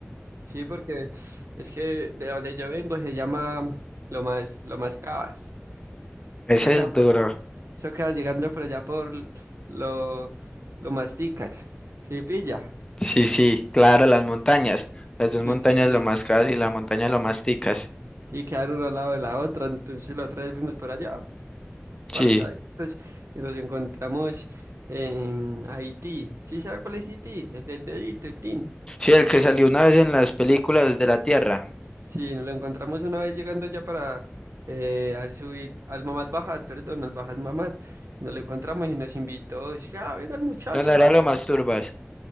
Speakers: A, on the right; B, on the left.
A: Sí, porque es que de donde yo vengo se llama lo más, lo más cabas.
B: ese
A: Eso queda,
B: es
A: por-
B: duro.
A: eso queda llegando por allá por lo, lo masticas. Sí, pilla.
B: Sí, sí, claro, las montañas. Las
A: Sí,
B: dos montañas
A: sí, sí.
B: lo más cas y la montaña lo más ticas.
A: Sí, quedan uno al lado de la otra. Entonces la otra vez fuimos por allá, parchaditos,
B: Sí.
A: y nos encontramos en Haití. ¿Sí sabe cuál es Haití? El del dedito, el tin.
B: Sí, el que salió una vez en las películas de la Tierra.
A: Sí, nos lo encontramos una vez llegando allá para eh, al subir al Mamad Bajat, perdón, al Bajat Mamad. Y nos lo encontramos y nos invitó. Dice, ah, vengan muchachos,
B: No, no era
A: vamos.
B: lo más turbas,